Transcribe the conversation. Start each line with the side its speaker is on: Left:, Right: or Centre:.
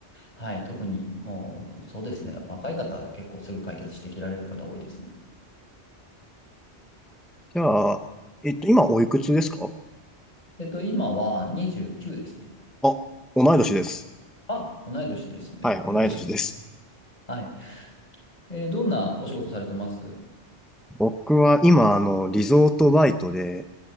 Left: はい。特に、もう、そうですね。若い方は結構すぐ解決してきられる方多いですね。
Centre: じゃあ、えっと、今おいくつですか
Left: えっと、今は29ですね。
Centre: あ、同い年です。
Left: あ、同い年ですね。
Centre: はい、同い年です。
Left: よろしく。<laughs> はい。えーどんなお仕事されてます
Centre: 僕は今、あの、リゾートバイトで、